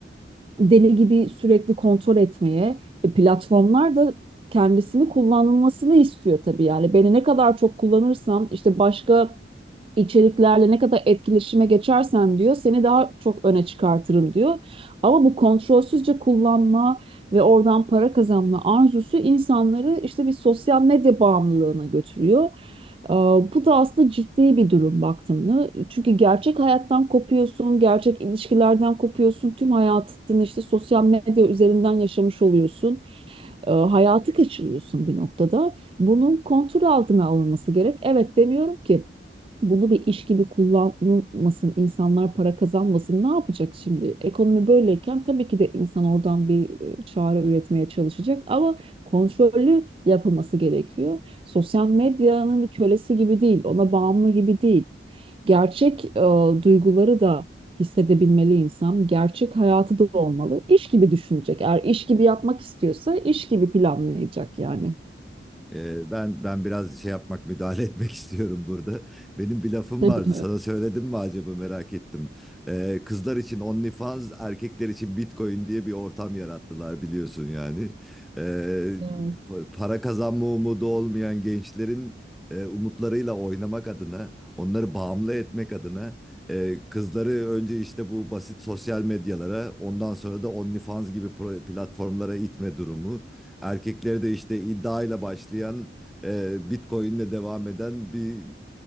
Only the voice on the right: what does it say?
deli gibi sürekli kontrol etmeye, e, platformlar da kendisini kullanılmasını istiyor tabii yani. Beni ne kadar çok kullanırsam işte başka içeriklerle ne kadar etkileşime geçersen diyor seni daha çok öne çıkartırım diyor. Ama bu kontrolsüzce kullanma ve oradan para kazanma arzusu insanları işte bir sosyal medya bağımlılığına götürüyor. Ee, Bu da aslında ciddi bir durum baktığımda. Çünkü gerçek hayattan kopuyorsun, gerçek ilişkilerden kopuyorsun. Tüm hayatını işte sosyal medya üzerinden yaşamış oluyorsun e, hayatı kaçırıyorsun bir noktada. Bunun kontrol altına alınması gerek. Evet demiyorum ki bunu bir iş gibi kullanılmasın, insanlar para kazanmasın. Ne yapacak şimdi? Ekonomi böyleyken tabii ki de insan oradan bir e, çare üretmeye çalışacak ama kontrollü yapılması gerekiyor. Sosyal medyanın bir kölesi gibi değil, ona bağımlı gibi değil gerçek e, duyguları da hissedebilmeli insan. Gerçek hayatı da olmalı. İş gibi düşünecek. Eğer iş gibi yapmak istiyorsa iş gibi planlayacak yani.
<laughs> Evet.
Ya.